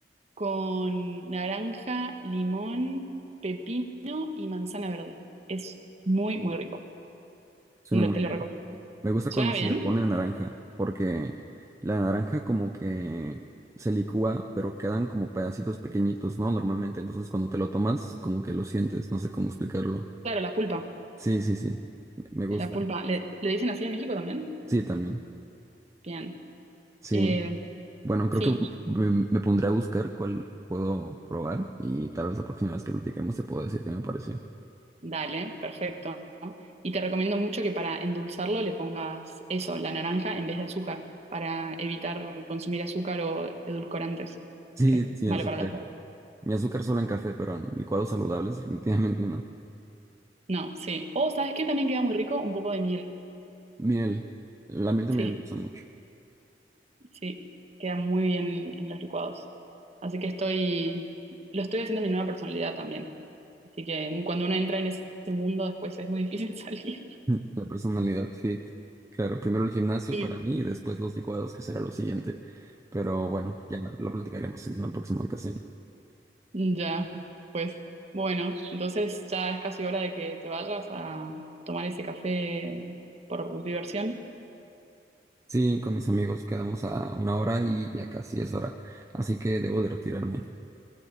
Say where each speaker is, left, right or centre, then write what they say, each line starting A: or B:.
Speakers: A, on the right; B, on the right.
A: con naranja, limón, pepino y manzana verde. Es muy, muy rico.
B: Suena
A: Lo-
B: muy
A: te
B: bien.
A: lo recomiendo.
B: Me gusta
A: ¿Suena
B: cuando se
A: bien?
B: le pone naranja, porque la naranja como que se licúa, pero quedan como pedacitos pequeñitos, ¿no? Normalmente, entonces cuando te lo tomas, como que lo sientes, no sé cómo explicarlo.
A: Claro, la pulpa.
B: Sí, sí, sí, me gusta.
A: La pulpa. ¿Le, le dicen así en México también?
B: Sí, también.
A: Bien.
B: Sí.
A: Eh,
B: Bueno, creo
A: sí,
B: que me, me pondré a buscar cuál puedo probar y tal vez la próxima vez que platiquemos te puedo decir qué me pareció.
A: Dale, perfecto. Y te recomiendo mucho que para endulzarlo le pongas eso, la naranja en vez de azúcar, para evitar consumir azúcar o edulcorantes,
B: Sí,
A: que es
B: sin
A: malo
B: azúcar.
A: para la salud.
B: Mi azúcar solo en café, pero en licuados saludables definitivamente no.
A: No, sí. O, ¿sabes qué? También queda muy rico un poco de miel.
B: Miel. La miel también
A: Sí,
B: me gusta mucho.
A: sí, queda muy bien en, en los licuados. Así que estoy, lo estoy haciendo mi nueva personalidad también. Así que cuando uno entra en ese mundo, después es muy difícil <laughs> salir.
B: Mm. La personalidad fit. Claro, primero el gimnasio
A: Sí.
B: para mí y después los licuados, que será lo siguiente. Pero bueno, ya lo, lo platicaremos en una próxima ocasión.
A: Ya, pues bueno, entonces ya es casi hora de que te vayas a tomar ese café por diversión.
B: Sí, con mis amigos quedamos a una hora y ya casi es hora. Así que debo de retirarme.